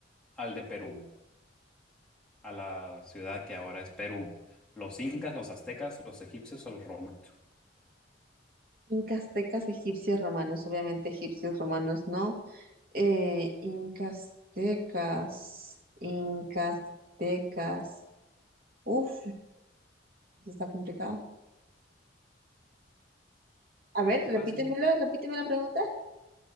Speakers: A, in the centre; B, on the right.
A: al de Perú, a la ciudad que ahora es Perú? ¿Los incas, los aztecas, los egipcios o los romanos?
B: Incas, tecas, egipcios, romanos. Obviamente egipcios, romanos no. Eh, incas, tecas, incas, tecas. Uf, está complicado.
A: No,
B: A ver,
A: está fácil.
B: repítemelo, repíteme la pregunta.